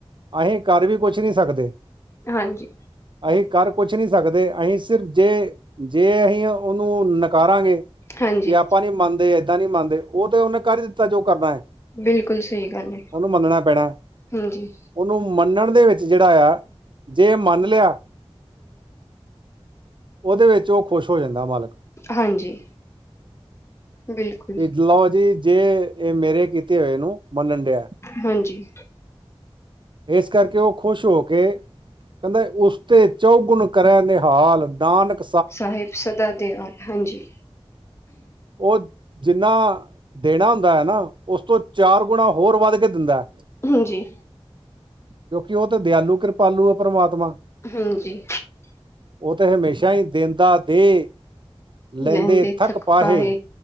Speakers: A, on the right; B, on the left.
A: ਅਸੀਂ ਘਰ ਵੀ ਕੁਛ ਨਹੀਂ ਸਕਦੇ
B: ਹਾਂਜੀ।
A: ਅਸੀਂ ਕਰ ਕੁਛ ਨਹੀਂ ਸਕਦੇ ਅਸੀਂ ਸਿਰਫ ਜੇ ਜੇ ਅਸੀਂ ਉਹਨੂੰ ਨਕਾਰਾਂਗੇ
B: ਹਾਂਜੀ
A: ਵੀ ਆਪਾਂ ਨੀ ਮੰਨਦੇ ਏਦਾਂ ਨੀ ਮੰਨਦੇ ਉਹ ਤੇ ਉਹਨੇ ਕਰ ਦਿੱਤਾ ਜੋ ਕਰਨਾ ਹੈ।
B: ਬਿਲਕੁਲ ਸਹੀ ਗੱਲ ਹੈ
A: ਉਹਨੂੰ ਮੰਨਣਾ ਪੈਣਾ
B: ਹਾਂਜੀ।
A: ਉਹਨੂੰ ਮੰਨਣ ਦੇ ਵਿੱਚ ਜਿਹੜਾ ਆ ਜੇ ਮੰਨ ਲਿਆ ਉਹਦੇ ਵਿੱਚ ਉਹ ਖੁਸ਼ ਹੋ ਜਾਂਦਾ ਮਾਲਕ
B: ਹਾਂਜੀ। ਬਿਲਕੁਲ।
A: ਵੀ ਲਓ ਜੀ ਜੇ ਇਹ ਮੇਰੇ ਕੀਤੇ ਹੋਏਨੂੰ ਮੰਨਣ ਡਿਆ।
B: ਹਾਂਜੀ।
A: ਇਸ ਕਰਕੇ ਉਹ ਖੁਸ਼ ਹੋ ਕੇ। ਕਹਿੰਦੇ ਉਸ ਤੇ ਚੌਗੁਣ ਕਰੇ ਨਿਹਾਲ ਨਾਨਕ।
B: ਸਾਹਿਬ ਸਦਾ ਦਿਆਲ ਹਾਂਜੀ।
A: ਉਹ ਜਿੰਨਾ ਦੇਣਾ ਹੁੰਦਾ ਹੈ। ਨਾ ਉਸ ਤੋਂ ਚਾਰ ਗੁਣਾ ਹੋਰ ਵੱਧ ਕੇ ਦਿੰਦਾ ਹੈ।
B: ਹਾਂਜੀ।
A: ਕਿਉਂਕਿ ਉਹ ਤੇ ਦਿਆਲੂ ਕਿਰਪਾਲੂ ਆ ਪ੍ਰਮਾਤਮਾ।
B: ਹਾਂਜੀ।
A: ਉਹ ਤਾਂ ਹਮੇਸ਼ਾਂ ਹੀ ਦਿੰਦਾ ਦੇ। ਲੈਂਦੇ
B: ਲਹਿੰਦੇ
A: ਥੱਕ ਪਾਹੇ
B: ਪਾਏ